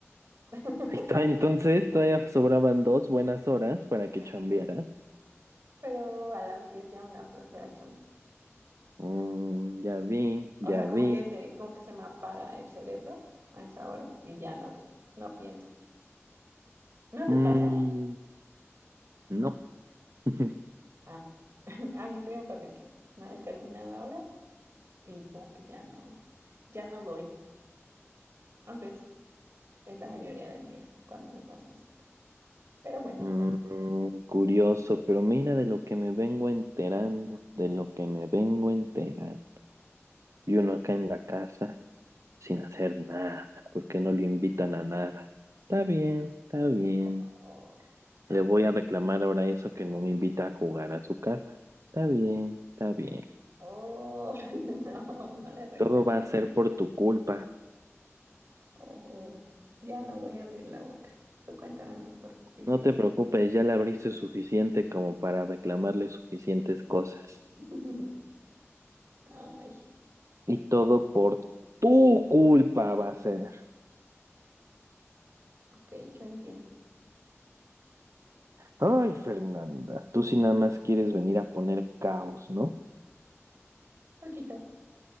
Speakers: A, on the right; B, on the right.
A: <laughs>
B: Ahí está, entonces todavía sobraban dos buenas horas para que chambearas.
A: pero a las 10 ya me da flojera
B: Mm, ya vi,
A: O
B: ya
A: sea, como
B: vi.
A: que se, como que se me apaga el cerebro a esa hora y ya no, no pienso. ¿No te
B: Mm,
A: pasa?
B: no. <laughs>
A: Ah, <laughs> a mí sí me pasa que una determinada hora y como que ya no, ya no doy, aunque es, es la mayoría del día cuando me pasa eso. Pero bueno,
B: Mm, curioso, pero mira de lo que me vengo enterando, de lo que me vengo enterando. Y uno acá en la casa. sin hacer nada, porque no lo invitan a nada. Está bien, está bien.
A: oh,
B: Le voy a reclamar ahora eso que no me invita a jugar a su casa. Está bien, está bien.
A: oh, <laughs> no, no le reclames.
B: Todo va a ser
A: ¿no?
B: por tu culpa.
A: Oh, ya no voy a abrir la boca. Tú cuéntame mejor qué hiciste.
B: No te preocupes, ya le abriste suficiente como para reclamarle suficientes cosas.
A: <laughs> Ay,
B: Y todo por tu culpa va a ser.
A: ok, yo entiendo.
B: Ay, Fernanda, tú sí nada más quieres venir a poner caos, ¿no?
A: Poquito.